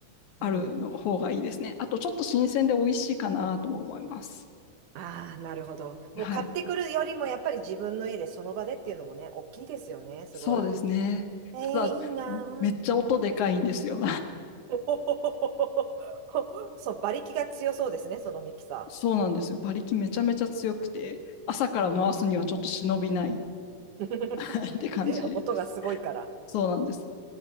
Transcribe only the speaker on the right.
うん。
ああ、なるほど。
もう買ってくるよりも、やっぱり自分の家でその場でっていうのもね、大きいですよね、すごい。
ええ、
いいなぁ。
うん。<laughs> おほほほほほほそう、馬力が強そうですね、そのミキサ
ー。うん。<laughs>
音がすごいから。